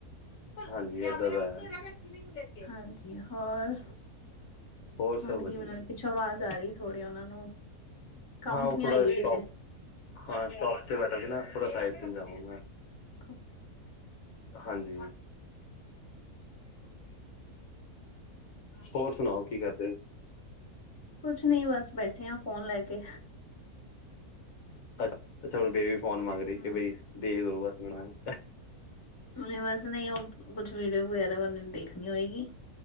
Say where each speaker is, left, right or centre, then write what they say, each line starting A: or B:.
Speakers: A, on the left (about 65°); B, on the left (about 20°).
A: ਹਾਂਜੀ ਏਦਾਂ ਦਾ <unintelligible>
B: ਹਾਂਜੀ ਹੋਰ
A: ਹੋਰ ਸਭ
B: ਹੁਣ
A: ਵਧੀਆ
B: ਕੀ ਬ
A: ਜੀ।
B: ਪਿੱਛੋਂ ਆਵਾਜ਼ ਆ ਰਹੀ ਥੋੜ੍ਹੇ ਉਹਨਾਂ ਨੂੰ ਕਾਊਂਟ
A: ਹਾਂ ਉਹ
B: ਨੀ
A: ਥੋੜਾ
B: ਹੋਏਗੀ
A: ਸ਼ੋਪ
B: ਜੇ ਫਿਰ
A: ਹਾਂ ਸ਼ਾਪ ਤੇ ਬੈਠਾ ਸੀ ਨਾ ਥੋੜਾ ਸਾਈਡ ਤੇ ਜਾਵਾਂ ਮੈਂ
B: ਹੂੰ
A: ਹਾਂਜੀ। ਹੋਰ ਸੁਣਾਓ ਕੀ ਕਰਦੇ।
B: ਕੁਛ ਨੀ ਬਸ ਬੈਠੇ ਆ ਫੋਨ ਲੈ ਕੇ
A: ਅੱ ਅੱਛਾ ਹੁਣ ਬੇਬੀ ਫੋਨ ਮੰਗ
B: ਹੂੰ
A: ਰਹੀ ਕਿ ਬਈ ਦੇ ਦੋ ਬਸ ਮੈਨੂੰ।
B: ਨ ਬਸ ਨਹੀਂ ਉਹ ਕੁਛ ਵੀਡੀਓ ਵਗੈਰਾ ਉਹਨ ਦੇਖਣੀ ਹੋਏਗੀ।